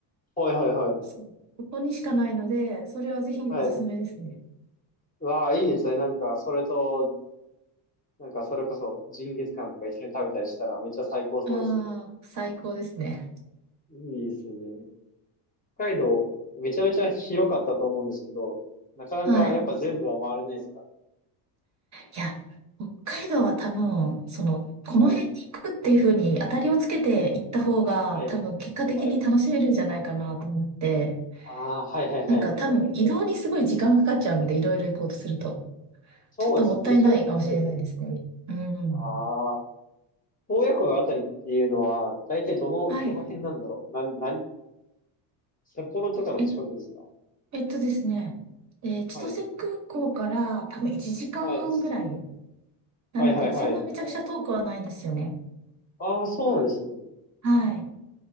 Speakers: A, on the left; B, on the right.
A: はいはいはい。
B: そうここにしかないので、それはぜひおすすめですね。
A: はい。うわあ、いいですね。なんか、それと、なんか、それこそ、ジンギスカンとか一緒に食べたりしたら、めっちゃ最高そうですね。
B: ああ、最高ですね。
A: いいですね。北海道、めちゃめちゃ広かったと思うんですけど、なかなかやっぱ全部は回れないですか
B: はい。いや、北海道は多分、その、この辺に行くっていうふうに当たりをつけて行った方が、
A: はい。はい。
B: 多分結果的に楽しめるんじゃないかなと思って、
A: はい。ああ、はいはいはい。
B: なんか多分移動にすごい時間かかっちゃうので、いろいろ行こうとすると、
A: そうですね。
B: ちょっともったいないかもしれないですね。
A: めちゃめちゃ広いですよね。
B: うん。
A: ああ、洞爺湖のあたりっていうのは、大体どの、
B: はい。
A: どの辺なんだろう。な、なん、札幌とかの近くですか
B: え、えっとですね、えー千歳空港から多分1時間半ぐらい
A: はい。はい。
B: なので、
A: はいはいはい。
B: そんなめちゃくちゃ遠くはないんですよね。
A: ああ、そうなんですね。
B: はい。